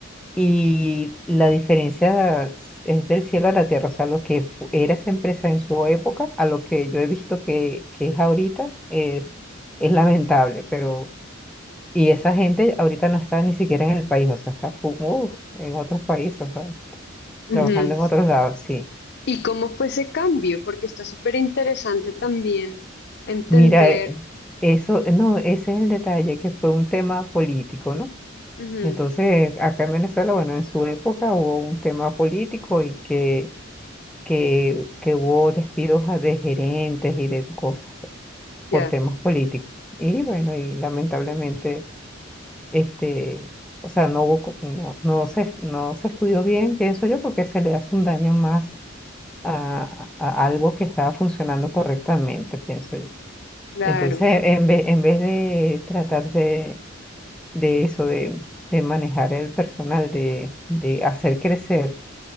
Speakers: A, in the centre; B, on the left (about 55°).
A: y la diferencia es del cielo a la tierra, o sea, lo que fu- era esa empresa en su época a lo que yo he visto que, que es ahorita es, es lamentable, pero... Y esa gente ahorita no está ni siquiera en el país, o sea, está fu- uh, en otros países, o sea,
B: ujú.
A: trabajando en otros lados, sí.
B: ¿Y cómo fue ese cambio? Porque está súper interesante también entender.
A: Mira, eh, eso, no, ese es el detalle, que fue un tema político, ¿no?
B: Ujú,
A: Entonces, acá en Venezuela, bueno, en su época hubo un tema político y que, que, que hubo despidos a- de gerentes y de cosas
B: Ya,
A: por temas políticos. Y bueno, y lamentablemente, este, o sea, no hubo, co- no, no se, no se estudió bien, pienso yo, porque se le hace un daño más a, a algo que estaba funcionando correctamente, pienso yo.
B: claro.
A: Entonces, en vez, en vez de tratar de de eso, de, de manejar el personal, de, de hacer crecer